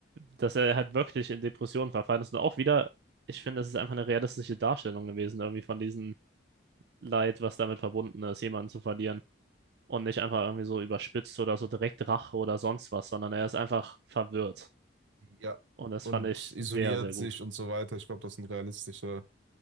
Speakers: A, on the right; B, on the right.
A: dass er halt wirklich in Depressionen verfallen ist. Und auch wieder, ich finde, das ist einfach eine realistische Darstellung gewesen, irgendwie von diesem Leid, was damit verbunden ist, jemanden zu verlieren. Und nicht einfach irgendwie so überspitzt oder so direkt Rache oder sonst was, sondern er ist einfach verwirrt.
B: Ja.
A: Und das
B: Und
A: fand ich
B: isoliert
A: sehr, sehr gut.
B: sich und so weiter. Ich glaube, das sind realistische